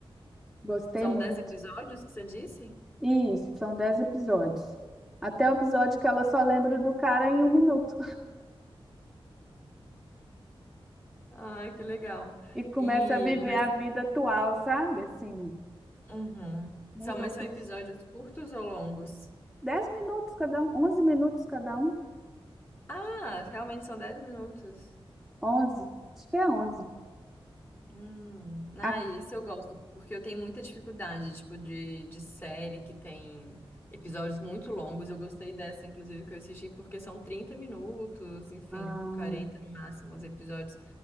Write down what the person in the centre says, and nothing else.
Gostei
muito.
E isso, são dez episódios. Até o episódio que ela só lembra do cara em um minuto
<laughs> e começa
a viver
a vida atual, sabe? Assim,
mudou
por
dez minutos cada um, onze minutos cada um,
onze, acho que é onze.
A-
Ah,